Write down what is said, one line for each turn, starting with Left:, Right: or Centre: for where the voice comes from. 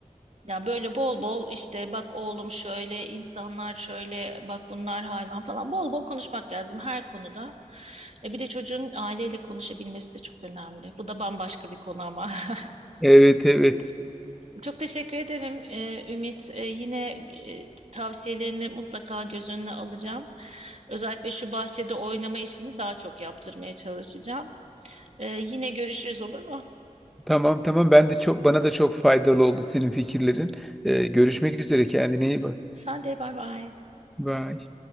Right: Ya böyle bol bol işte bak oğlum şöyle insanlar şöyle bak bunlar hayvan falan bol bol konuşmak lazım her konuda. E bir de çocuğun aileyle konuşabilmesi de çok önemli. Bu da bambaşka bir konu ama. <laughs>
Centre: Evet evet.
Right: Çok teşekkür ederim e, Ümit. E, yine e, tavsiyelerini mutlaka göz önüne alacağım. Özellikle şu bahçede oynama işini daha çok yaptırmaya çalışacağım. E, yine görüşürüz olur mu?
Centre: Tamam tamam ben de çok bana da çok faydalı oldu senin fikirlerin. E, görüşmek üzere kendine iyi bak.
Right: Sen de bay bay.
Centre: Bye.